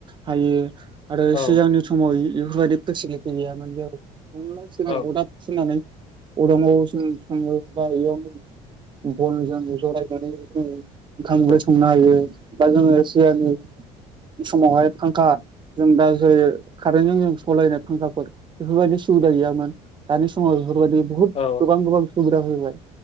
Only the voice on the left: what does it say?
औ
औ
औ
औ